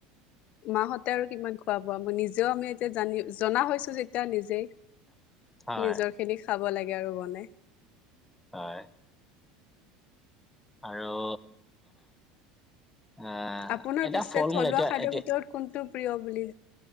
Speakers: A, on the left; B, in the centre.
A: মা হতে আৰু কিমান। পোৱা পোৱা নিজেও আমি এতিয়া জানি জনা হৈছো যেতিয়া নিজেই
B: হয়
A: নিজৰ। সেই খিনি খাব লাগে আৰু বনাই।
B: হয় আৰু। অ
A: আপোনাৰ
B: এতিয়া
A: পিছে
B: ফল-মূল
A: থলুৱা
B: এতিয়া
A: খাদ্যৰ
B: এতিয়া।
A: ভিতৰত কোনটো প্ৰিয় বুলি।